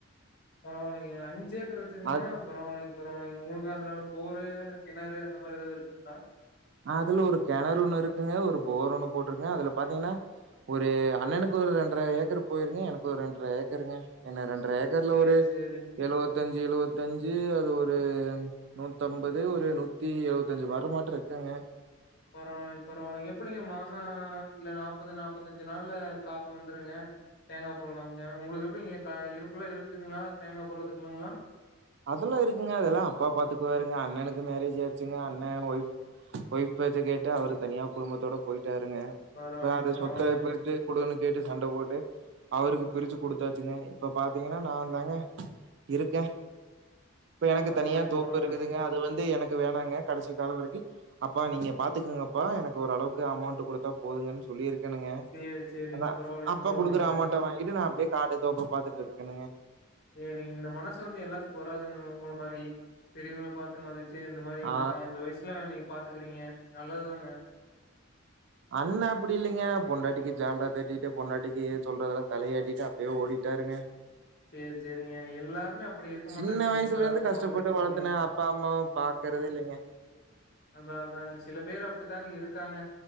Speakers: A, on the left (about 50°); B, on the right (about 55°).
A: பரவாயில்லீங்க அஞ்ஞேக் க்குர வெச்சிருந்தீங்கா
B: அத்
A: பரவால்லீங் பராவிலீங்க உங்குளுக் அதுல போரு கிணறு அந்த மாரி ஏதாவுது இருக்குங்ளா
B: அதுல ஒரு கெணறு ஒண்ணு இருக்குங்க ஒரு போர் ஒன்னு போட்ருக்கங்க அதுல பாத்தீங்கன்னா ஒரு அண்ணனுக்கு ஒரு ரெண்டர ஏக்கர் போயிருங்க எனக்கு ஒரு ரெண்டர ஏக்கருங்க என்ன ரெண் ட்ரேகர்ல
A: சேரி
B: ஒரு
A: சேரிங்க
B: எழுவத்தஞ்சு எழுவத்தஞ்சு அது ஒ <unintelligible> நூத்தம்பது ஒரு நூத்தி எழுவத்தஞ்சு வருமாட்டு இருக்குங்க
A: பரவால்லீங் பரவால்லீங்க எப்டிங்க மாசோ இந்த நாப்பது நாப்பத்தஞ்சு நாள்ல காப்பு வந்துருங்க தேங்கா போல்லாமுங்க உங்குளுக்கு எப்டிங்க கா இருப்புல்லா இருக்குதுங்குளா தேங்கா போறதுக்குங்குளா
B: அதுல்லா இருக்குங்க அதெல்லா அப்பா பாத்துக்குாருங்க அண்ணனுக்கு மேரேஜ் ஆயிருச்சுங்க அண்ணன் ஒய்ஃவ் ஒய்ஃவ் பேச்ச கேட்டு அவரு தனியா குடும்பத்தோட போயிட் ட்டாருங்க
A: பரவாயில்லைங்க
B: இப்ப அத
A: பரவாயில்லைங்க
B: சொத்த பிரிச்சு குடுனுக் கேட்டு சண்ட போட்டு அவருக்கு பிரிச்சு கொடுத்தாச்சுங்க இப்ப பாத்தீங்கன்னா நாந்தாங்க இருக்கே இப்ப எனக்கு
A: பரவாயில்லைங்க
B: தனியா தோப்பு
A: பரவாயில்லைங்க.
B: இருக்குதுங்க அது வந்து எனக் இது வேணாங்க கடைசி கால வரைக்கி அப்பா நீங்க பாத்துக்கூங்கப்பா எனக்கு ஓரளவுக்கு அமௌண்ட் குடுத்தா போதுங்கன் சொல்லிருக் க்கனுங்க
A: சேரி சேரிங்க.
B: எனா
A: பரவாயில்லைங்க
B: அப்பா
A: பரவாயில்லைங்க.
B: குடுக்குற
A: இந்த
B: அமௌண்ட வாங்கிட்டு நா அப்டியே காடு தோப்பு பாத்துட்டு இக்கனுங்க
A: சேரிங் இந்த மனசு வந்து எல்லாத்துக்கு வராதுங்க உங்கள மாரி பெரியவங்கள பாத்து மதி சேர் இந்த மாரி
B: ஆ
A: இந்த கா வயிசுல நீங்க பாத் த்துக்குறீங்க நல்லதுதாங்க
B: அண்ணா அப்டி இல்லிங்க பொண்டாட்டிக்கு ஜால்ரா தட்டிட்டு பொண்டாட்டிக்கு சொல்றதுல்லா தலையைாட்டிட்டு அப்டியே ஓடிட்டாருங்க
A: சேர் சேரிங்க எல்லாருமே அப்டி இருக்க மாட்டாங்க
B: சின்ன
A: இல்லீங்களா
B: வயசுல இருந்து
A: பரவாலீங்
B: கஷ்டப்பட்டு
A: பரவாலீங்
B: வளர்த்தனே அப்பா அம்மாவ பாக்குறதே இல்லீங்க
A: அத அதாங்க சில பேரு அப்டித்தாங்க இருக்காங்க